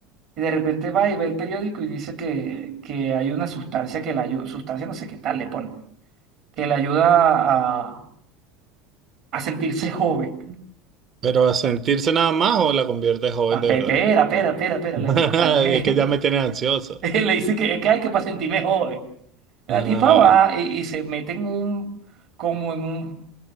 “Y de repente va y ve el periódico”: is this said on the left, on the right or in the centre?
Right